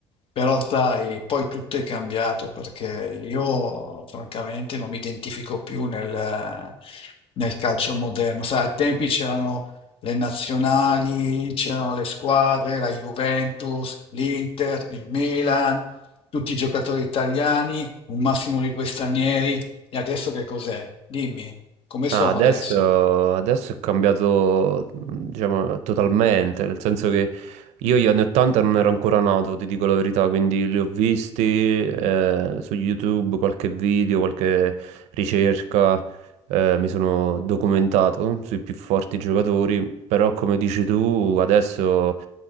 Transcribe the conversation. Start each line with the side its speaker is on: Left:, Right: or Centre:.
Left: Però sai, poi tutto è cambiato perché io francamente non mi identifico più nel, nel calcio moderno. Sai, ai tempi c'erano le nazionali, c'erano le squadre, la Juventus, l'Inter, il Milan, tutti i giocatori italiani, un massimo di due stranieri, e adesso che cos'è? Dimmi, come
Right: Ah,
Left: sono
Right: adesso,
Left: adesso?
Right: adesso è cambiato, diciamo, totalmente, nel senso che io gli anni 80 non ero ancora nato, ti dico la verità, quindi li ho visti eh, su YouTube, qualche video, qualche ricerca, eh, mi sono documentato sui più forti giocatori, però come dici tu, adesso,